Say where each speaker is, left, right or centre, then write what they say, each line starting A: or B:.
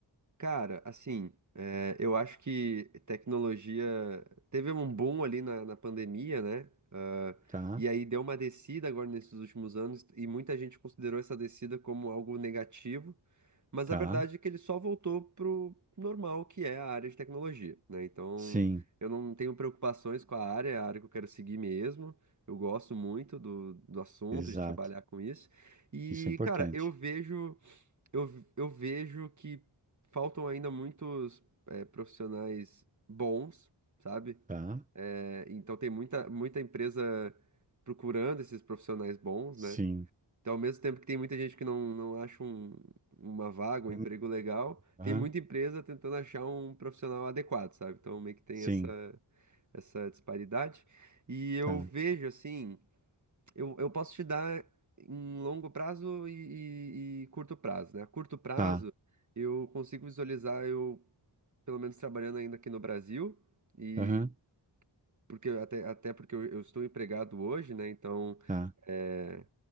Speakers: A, on the right; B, on the right.
A: Cara, assim, é, eu acho que tecnologia teve um boom ali na, na pandemia, né? Ah,
B: Tá?
A: e aí deu uma descida agora nesses últimos anos, e muita gente considerou essa descida como algo negativo, mas
B: Tá?
A: a verdade é que ele só voltou pro normal, que é a área de tecnologia, né? Então,
B: Sim,
A: eu não tenho preocupações com a área, é a área que eu quero seguir mesmo. Eu gosto muito do, do assunto,
B: exato.
A: de trabalhar com isso. E,
B: Isso é importante.
A: cara, eu vejo eu, eu vejo que faltam ainda muitos é, profissionais bons, sabe?
B: Tá?
A: É, então tem muita, muita empresa procurando esses profissionais bons,
B: Sim.
A: né? Então, ao mesmo tempo que tem muita gente que não, não acha um- uma vaga, um
B: Hum,
A: emprego legal,
B: Aham.
A: tem muita empresa tentando achar um profissional adequado, sabe? Então, meio que tem
B: Sim.
A: essa, essa disparidade. E eu
B: Tá.
A: vejo, assim. Eu, eu posso te dar em longo prazo e, e- e curto prazo, né? A curto prazo,
B: Tá.
A: eu consigo visualizar eu, pelo menos, trabalhando ainda aqui no Brasil, e
B: Aham.
A: porque até, até porque eu, eu estou empregado hoje, né? Então.
B: Tá.
A: eh,